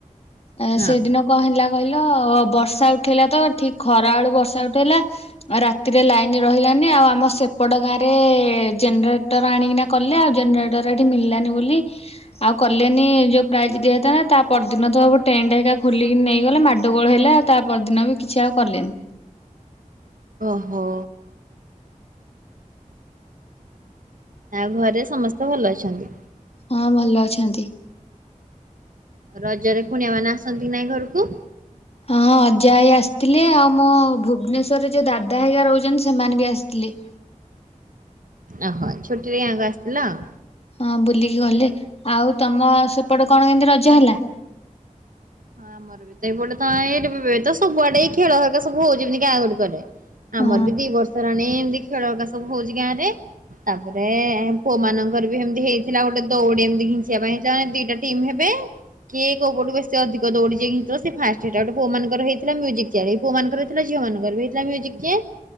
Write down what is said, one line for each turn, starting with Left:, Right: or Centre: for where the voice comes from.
Left: ଏ
Right: ହଁ।
Left: ସେଦିନ କଣ ହେଲା କହିଲ ବର୍ଷା ଉଠେଇଲା ତ ଠିକ୍ ଖରା ବେଳୁ ବର୍ଷା ଉଠେଇଲା। ରାତିରେ ଲାଇନ୍ ରହିଲାନି ଆଉ ଆମ ସେପଟ ଗାଁରେ ଜେନେରେ ଟର ଆଣିକିନା କଲେ ଆଉ ଜେନେରେଟର ଏଠି ମଳିଲାନି ବୋଲି ଆଉ କଲେନି ଯୋଉ ପ୍ରାଇଜ୍ ଦିଆହଇଥାନ୍ତା ତା ପରଦିନ ତ ସବୁ ଟେଣ୍ଟ ହେରିକା ଖୋଲିକି ନେଇ ଗଲେ ମାଡଗୋଳ ହେଲା ଆଉ ତା ପରଦିନ ବି କିଛି ଆଉ କଲେନି।
Right: ଓହୋ। ଆଉ ଘରେ ସମସ୍ତେ ଭଲ ଅଛନ୍ତି?
Left: ହଁ ଭଲ ଅଛନ୍ତି।
Right: ରଜରେ କୁଣିଆ ମାନେ ଆସନ୍ତି କି ନାଇଁ ଘରକୁ?
Left: ହଁ ଅଜା ଆଈ ଆସିଥିଲେ ଆଉ ମୋ ଭୁବନେଶ୍ ଶ୍ୱରରେ ଯୋଉ ଦାଦା ହେରିଗା ରହୁଛନ୍ତି ସେମାନେ ବି ଆସିଥିଲେ।
Right: ଓହୋ ଛୁଟିରେ ଗାଁକୁ ଆସିଥିଲା ଆଉ।
Left: ହଁ ବୁଲିକି ଗଲେ ଆଉ। ତମ ସେପଟ କଣ କେମିତି ରଜ ହେଲା?
Right: ହଁ ଆମର ବି ତ ଏପଟେ ତ ଏଇ ତ ସବୁଆଡେଇ ଖେଳ ଘରିକା ସବୁ ହଉଚି ଗାଁ ଗୁଡିକରେ
Left: ହଁ
Right: ଆମର ବି ଦି ବର୍ଷ ହେଲାଣି ଏମିତି ଖେଳ ହେକା ସବୁ ହଉଛି ଗାଁ ରେ ତାପରେ ପୁଅ ମାନଙ୍କର ବି ଏମିତି ହେଇଥିଲା ଗୋଟେ ଦୌଡି ଏମିତି ଘିଞ୍ଚିବା ପାଇଁ ହେଇନା ଦିଟା ଟିମ୍ ହେବେ କିଏ କୋଉ ପଟକୁ ବେ ସେ ଅଧିକ ଦୌଡ଼ି ଘିଞିବ ସେ ଫାଷ୍ଟ ହେଇଟ ଗୋଟେ ପୁଅମାନରଇ ମ୍ୟୁଜିକ ଚେଆର ପୁଅମାନଙ୍କର ହେଇଥିଲା ଝିଅମାନଙ୍କର ବି ସେ ମ୍ୟୁଜିକ୍ <unintelligible>